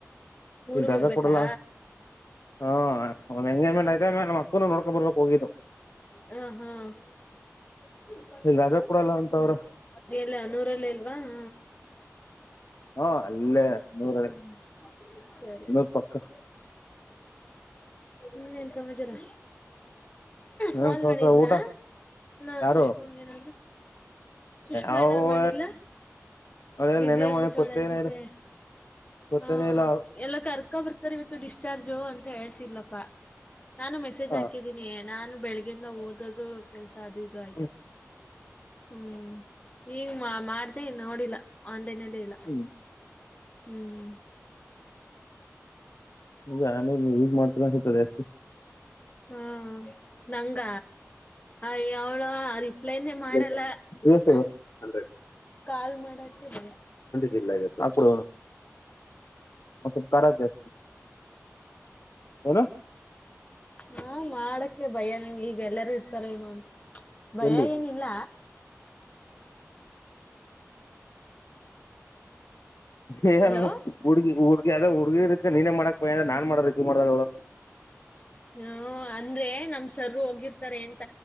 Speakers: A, on the left (about 25°); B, on the left (about 60°).
A: ಊರಗ
B: ಇಲ್ಲಿ ರಜಾ
A: ಹೋಗ್ಬೇಕಾ
B: ಕೊಡಲ್ಲ ಹಾ ಅವನ್ ಎಂಗೇಜ್ಮೆಂಟ್ ಆಯತ ಆ ನಮ್ಮ್ ಅಕ್ಕುನ ನೋಡ್ಕೊ ಬರ್ಬೇಕಕ್ ಹೋಗಿದ್ದು
A: ಹ್ಮ ಹ್ಮ <unintelligible>
B: ಇಲ್ಲಿ ರಜಾ ಕೊಡಲ್ಲ ಅಂತ
A: ಹ್ಮ
B: ಅವ್ರು
A: ಎಲ್ಲ ಅನೂರಲ್ಲ ಇಲ್ವಾ ಹ
B: ಹ ಅಲ್ಲೇ ನೂರ
A: ಹ್ಮ್ ಸರಿ ಹ್ಮ
B: ನೂರ್ ಪಕ್ಕ
A: ಇನ್ನೇನ್ ಸಮಾಚಾರ
B: ಏನ್
A: ಫೋನ್
B: ಸಮಾಚಾರ
A: ಮಾಡಿದ್ರ
B: ಊಟ
A: ನ
B: ಯಾರು
A: ಸುಷ್ಮಂಗ ಏನಾದ್ರು ಸುಷ್ಮಾ
B: ಅವ
A: ಏನಾದ್ರು ಮಾಡಿದಲ
B: ಅವ
A: ಬ್ಯುಸಿ
B: ನೆನ್ನೆ
A: ಆಗ್ಬಿಟ್ಟವಳೆ
B: ಮೊನ್ನೆ ಪತ್ತೇನೇ
A: ಅನ್ಸುತ್ತೆ.
B: ಇಲ್ಲ ಪತ್ತೇನೇ
A: ಹಾ
B: ಇಲ್ಲ
A: ಎಲ್ಲ ಕರ್ಕೊ ಬರ್ತಾರ ಇವತ್ತು ಡಿಸ್ಚಾರ್ಜು ಅಂತ ಹೇಳ್ತಿಲ್ಲಪ್ಪಾ ನಾನು ಮೆಸೇಜ್
B: ಹಾ
A: ಹಾಕಿದೀನಿ ನಾನು ಬೆಳಿಗಿಂದ ಓದೋದು ಕೆಲ್ಸ ಅದು ಇದು ಆಯ್ತು
B: ಹ್ಮ್
A: ಹ್ಮ್ ಈಗ ಮಾ ಮಾಡ್ದೆ ನೋಡಿಲ್ಲ ಒನ್ಲೈನಲ್ಲಿ ಇಲ್ಲ
B: ಹ್ಮ್
A: ಹ್ಮ್
B: ಈ ಆಮೇಲೆ ನೀವು ಹ ಈಗ್ ಮಾಡ್ತ ಅನ್ಸತದ ಎಷ್ಟು
A: ಹಾ ಹ ನಂಗ ಅಯ್ಯೋ ಅವಳ್ ರಿಪ್ಲೈನೇ ಮಾಡಲ್ಲ
B: ಎಷ್ಟು
A: ನ
B: ಹಂಡ್ರೆಡ್
A: ಕಾಲ್ ಮಾಡಕ್ಕೆ ಭಯ
B: ಜಿಲ್ಲ ಆಕಡ ಮತ್ತ ಕಾರ ಜಾಸ್ತಿ ಹನಾ
A: ಹಾ ಮಾಡಕ್ಕೆ ಭಯ ನಂಗ ಈಗ ಎಲ್ಲಾರೂ ಇರ್ತಾರ ಏನು ಅಂತ ಭಯ
B: ಎಲ್ಲಿ
A: ಏನಿಲ್ಲ
B: ಏ
A: ಹಲೋ
B: ಹುಗಿ ಹುಡ್ಗಿ ಅದ ಹುಗಿದಕ್ಕಕ್ ನೀನೇ ಮಾಡಕ್ ಬಯ ಅ ನಾನ್ ಮಾಡ್ರ ರಿಸ ಮಾಡ ಅವಳ <inaudible>
A: ಹ್ಮ ಅಂದ್ರೆ ನಮ್ ಸರು ಹೋಗಿರ್ತಾರೆ ಎಂತ